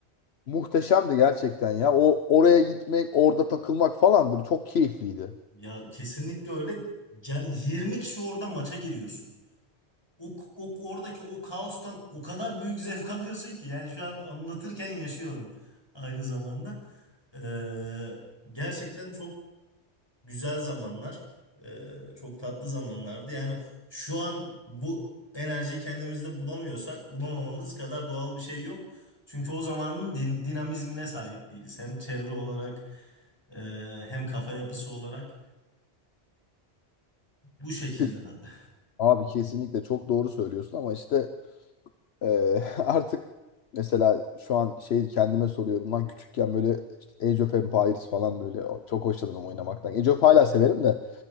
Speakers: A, on the left; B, on the left.
A: Muhteşemdi gerçekten ya. O oraya gitmek, orada takılmak falan böyle çok keyifliydi.
B: Ya kesinlikle öyle. Yani 20 kişi orada maça giriyorsun. O, o oradaki o kaostan o kadar büyük zevk alıyorsun ki yani şu an anlatırken yaşıyorum aynı zamanda. Ee, gerçekten çok güzel zamanlar, e, çok tatlı zamanlardı. Yani şu an bu enerjiyi kendimizde bulamıyorsak bulamamamız kadar doğal bir şey yok. Çünkü o zamanın din- dinamizmine sahip değiliz. Hem çevre olarak, e, hem kafa yapısı olarak bu şekilde
A: Ke-
B: abi.
A: Abi kesinlikle çok doğru söylüyorsun ama işte e, <laughs> artık mesela şu an şey kendime soruyorum lan küçükken böyle işte Age of Empires falan böyle çok hoşlanırım oynamaktan. Age of hala severim de